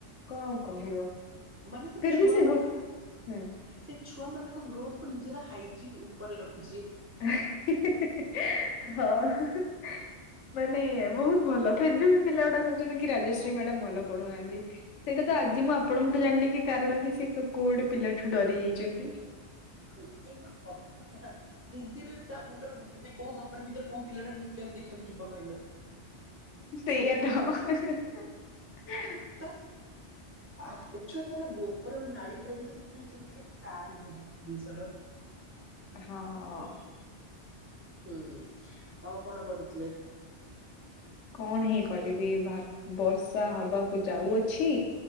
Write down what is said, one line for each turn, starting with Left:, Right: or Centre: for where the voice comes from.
Left: କଁ କହିବ।
Right: ମାନେ ସେ
Left: ଫିର
Right: ଛୁଆମାନଙ୍କୁ
Left: ବି ଗୋ ହୁଁ
Right: ସେ ଛୁଆମାନଙ୍କ ଗ୍ରୋଥକୁୁ ନିଜର ହାଇଜିନ୍ ଉପରେ ରଖୁଚି।
Left: ଏହ୍ ହି ହି ହି ହଁ ହିଁ ହିଁ। ମାନେ ବୋହୁତ ଭଲ ଫିର୍ ଭି ବି ପିଲାଗୁଡା କହୁଚନ୍ତି କି ରାଜସ୍ଵି ମାଡାମ୍ ଭଲ ପଢଉନାହାନ୍ତି। ସେଇଟା ତ ଆଜି
Right: ଅବି
Left: ମୁଁ ଆପଣଙ୍କଠୁ ଜାଣିଲି କି କାରଣ କି ସେ କୋ କୋଉ ଗୋଟେ ପିଲାଠୁ ଡରି ଯାଇଚନ୍ତି।
Right: ହୁଁ ଏଇଟା ହବା କଥାନା ଦିଦି ବି ତା ମୁଣ୍ଡରେ ବୁଦ୍ଧି ନାଇଁ କୋଉ ଗୋବର ଭିତେରେ କୋଉ ପିଲାଟା ନ୍ୟୁକ୍ଲିୟସ ଦେଖିଆକୁ ଯିବ କିହିଲ?
Left: ସେଇଆ ତ <unintelligible>
Right: ତ ଆହ୍ ଇଛୁ ଯେତେବେଳେ ଗୋବର ଆଉ ନାଳୀ ପ୍ରେମୀ ତ ସେଥିପାଇଁ ସିଏ ଟିକେ ସାନ୍ ହେଇଯାଉଚି ଜିନିଷର।
Left: ହଁ।
Right: ହୁଁ ଆଉ କଣ କରୁଥିଲେ?
Left: କଣ ହିଁ କରିବି ଭା ବର୍ଷା ହବାକୁ ଯାଉଅଛି